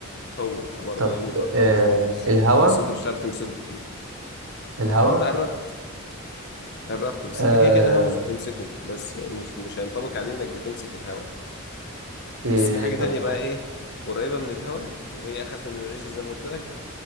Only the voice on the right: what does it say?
طب
آه.
الهواء
الهواء
آه.
إيه
طب